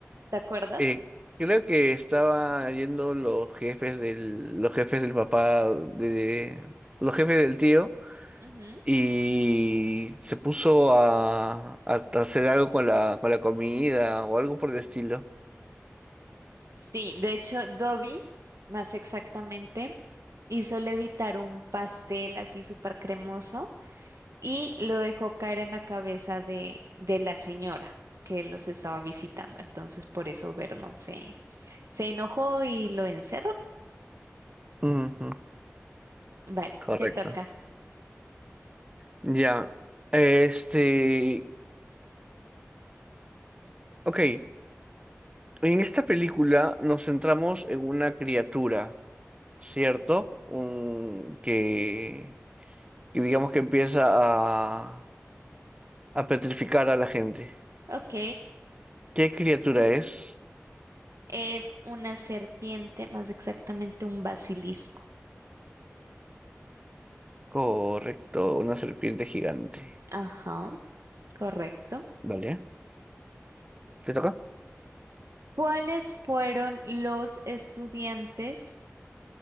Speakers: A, on the right; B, on the right.
A: ¿Te acuerdas?
B: Eh, creo que estaba yendo los jefes del, los jefes del papá, de, de- los jefes del tío,
A: Ujú.
B: y se puso a, a hacer algo con la, con la comida o algo por el estilo.
A: Sí, de hecho, Dobby, más exactamente, hizo levitar un pastel así súper cremoso. y lo dejó caer en la cabeza de, de la señora que los estaba visitando. Entonces, por eso Vernon se, se enojó y lo encerró.
B: Ujú,
A: Vale,
B: correcto.
A: te toca.
B: Ya. Este, ok, En esta película nos centramos en una criatura, ¿cierto? Un, que, que digamos que empieza a, a petrificar a la gente.
A: Ok,
B: ¿Qué criatura es?
A: es una serpiente, más exactamente un basilisco.
B: Correcto, una serpiente gigante.
A: Ajá, correcto.
B: ¿Vale? ¿Te toca?
A: ¿Cuáles fueron los estudiantes